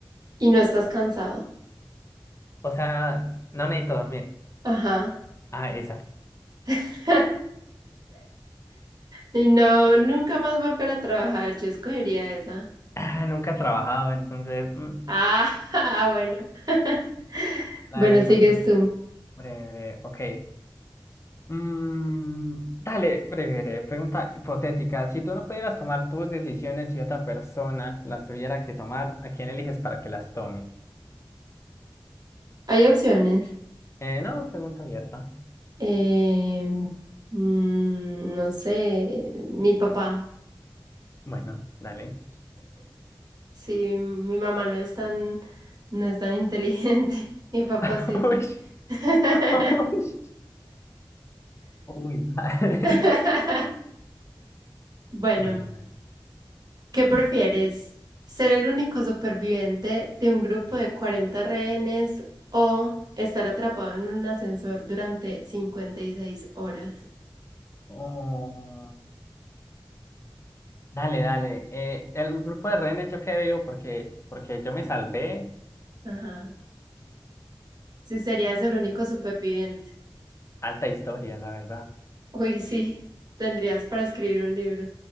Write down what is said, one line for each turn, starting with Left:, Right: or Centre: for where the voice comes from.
Right: Y no estás cansado.
Left: O sea, no necesito dormir.
Right: Ajá.
Left: Ah, esa.
Right: <laughs> Y no, nunca más volver a trabajar, yo escogería esa.
Left: Ah, nunca he trabajado, entonces. mm,
Right: Ah, <laughs> ah, bueno. <laughs>
Left: la
Right: Bueno,
Left: de champion.
Right: sigues tú.
Left: Breve, breve. Ok. Mm, dale, breve, pregunta hipotética. Si tú no pudieras tomar tus decisiones y otra persona las tuviera que tomar, ¿a quién eliges para que las tome?
Right: Hay opciones.
Left: Eh, no, pregunta abierta.
Right: Eh, mm, no sé, mi papá.
Left: Bueno, dale.
Right: Sí, mi, mi mamá no es tan, no es tan inteligente. <laughs> Mi papá
Left: <laughs>
Right: sí.
Left: Uy,
Right: <laughs>
Left: uy, uy, dale.
Right: <laughs>
Left: <laughs>
Right: Bueno,
Left: Bueno, bueno.
Right: ¿qué prefieres? ¿Ser el único superviviente de un grupo de 40 rehenes o estar atrapado en un ascensor durante 56 horas?
Left: Oh, dale, dale. Eh, el grupo de rehenes yo qué veo porque, porque yo me salvé.
Right: Ajá. Si serías el único superviviente.
Left: Alta historia, la verdad.
Right: Uy, sí. Tendrías para escribir un libro.